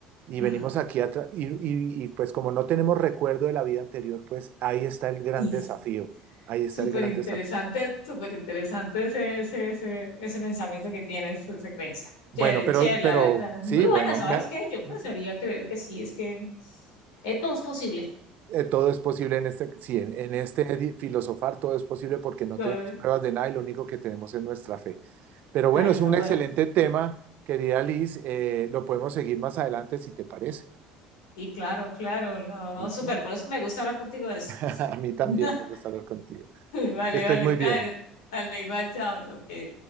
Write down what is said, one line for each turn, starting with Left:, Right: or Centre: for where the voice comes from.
Right: y
Left: Mm.
Right: venimos aquí atrás, y, y- y, pues como no tenemos recuerdo de la vida anterior, pues ahí está el gran
Left: Y
Right: desafío,
Left: s-
Right: ahí está
Left: súper
Right: el gran
Left: interesante,
Right: desafío.
Left: súper interesante ese, ese, ese, ese pensamiento que tienes, esa creencia.
Right: Bueno,
Left: Chévere,
Right: pero,
Left: chévere,
Right: pero
Left: la verdad. Muy
Right: sí,
Left: buena,
Right: bueno,
Left: ¿sabes
Right: me-
Left: qué? Yo pensaría
Right: no,
Left: creer que sí, es que eh, todo es posible.
Right: eh, todo es posible en este, sí, en, en este di- filosofar todo es posible porque no
Left: Todo
Right: tenemos
Left: es-
Right: pruebas de nada y lo único que tenemos es nuestra fe. Pero bueno,
Left: Ay,
Right: es
Left: no,
Right: un
Left: bueno.
Right: excelente tema, querida Liz. eh, lo podemos seguir más adelante si te parece.
Left: Y claro, claro, no,
Right: ¿Listo?
Left: súper, por eso que me gusta hablar contigo de eso.
Right: <laughs> A mí también
Left: <laughs>
Right: me gusta hablar contigo.
Left: Vale,
Right: Que estés
Left: vale,
Right: muy
Left: dale,
Right: bien.
Left: dale, igual, chao, tengo que